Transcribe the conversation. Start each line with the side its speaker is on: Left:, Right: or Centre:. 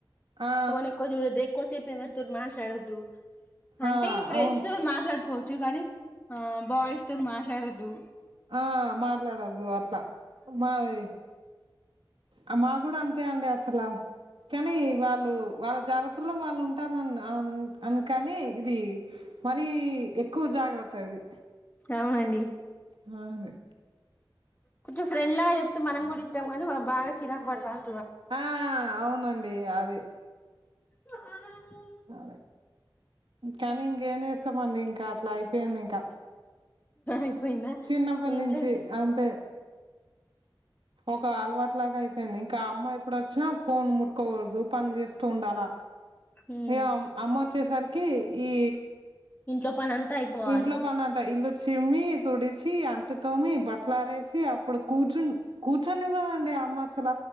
Right: ఆ
Left: ఫోన్ ఎక్కువ జుడదు ఎక్కువ సిప్ ఎవరితోరు మాట్లాడద్దు అంటే
Right: ఆ
Left: ఫ్రెండ్స్
Right: అవును
Left: మాట్లాడు కోవచ్చు కానీ ఆ బాయ్స్ తోని మాట్లాడొద్దు
Right: ఆ మాట్లాడద్దు అట్లా మాది ఆ మా కూడా అంతే అండి అసల కానీ వాళ్ళు వాళ్ళ జాగ్రత్తలో వాళ్ళు ఉంటారుని అను కాని ఇది మరి ఎక్కువ జాగ్రత్త ఇది
Left: అవునండి
Right: మాదే
Left: కొంచెం ఫ్రెండ్ లాగా చెప్తే మనం కూడా ఇంటాం కానీ బాగా చిరాకు పడతం
Right: ఆ అవునండి అది
Left: అ
Right: అదే కానీ ఇంకేం చేస్తామండి ఇంకా అట్లా అయిపోయింది ఇంకా
Left: అయిపోయిందా
Right: చిన్నప్పటి
Left: ఏం
Right: నుంచి
Left: లేదు
Right: అంతే ఒక అలవాటులాగా అయిపోయింది ఇంకా అమ్మ ఎప్పుడు వచ్చినా ఫోన్ ముట్కోకూడదు పని చేస్తూ ఉండాల
Left: ఉమ్
Right: ఇక అమ్మొచ్చే సరికి ఈ
Left: ఇంట్లో పని అంతా అయిపోవాలే
Right: ఇంట్లో పనంత ఇల్లు చిమ్మి తుడిచి అంటుతోమి బట్టలారేసి అప్పుడు కూర్చుని కూర్చునివ్వదండి అమ్మ అసల